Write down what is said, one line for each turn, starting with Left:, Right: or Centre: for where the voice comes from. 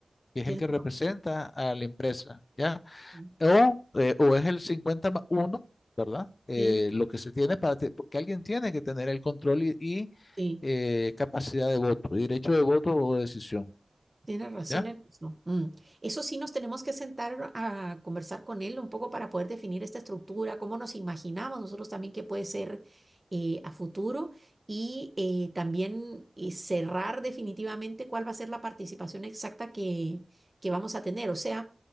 Left: que
Right: tienes
Left: es el que representa a la empresa, ¿ya?
Right: razón.
Left: O, eh, o es el 50 más 1, ¿verdad? Eh,
Right: Sí,
Left: lo que se tiene para, te- porque alguien tiene que tener el control y, y,
Right: sí.
Left: eh, capacidad de voto, derecho de voto o decisión,
Right: Tienes razón
Left: ¿ya?
Right: en eso. Mm. Eso sí nos tenemos que sentar a conversar con él un poco para poder definir esta estructura, cómo nos imaginamos nosotros también que puede ser eh, a futuro y eh, también eh, cerrar definitivamente cuál va a ser la participación exacta que, que vamos a tener. O sea,